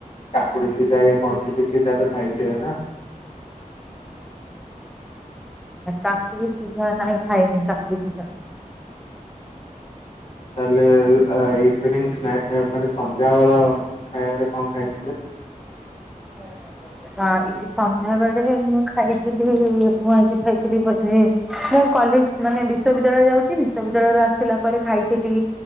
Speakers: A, on the left; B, in the centre.
A: କାକୁଡି ସିଝା, ୟା କଣ କିଛି ସିଝା ତ, ଖାଇଥିବେ ନା?
B: କାକୁଡି ସିଝା, ନାଇଁ ଖାଇନି କାକୁଡି ସିଝା।
A: ତାହଲେ ଇଭିନିଂ ସ୍ନାକ୍ ମାନେ ସନ୍ଧ୍ୟାବେଳ ଖାଇବାରେ କଣ ଖାଇଥିଲେ?
B: <inaudible> ସନ୍ଧ୍ୟା ବେଳେ ମୁଁ ଖାଇଥିଲି, ମୁଁ ଆଜି ଖାଇଥିଲି ବୋଧେ ମୁଁ କଲେଜ ମାନେ ବିଶ୍ୱବିଦ୍ୟାଳୟ ଯାଉଛି, ବିଶ୍ବବିଦ୍ୟାଳୟରୁ ଆସିଲା ପରେ ଖାଇଥିଲି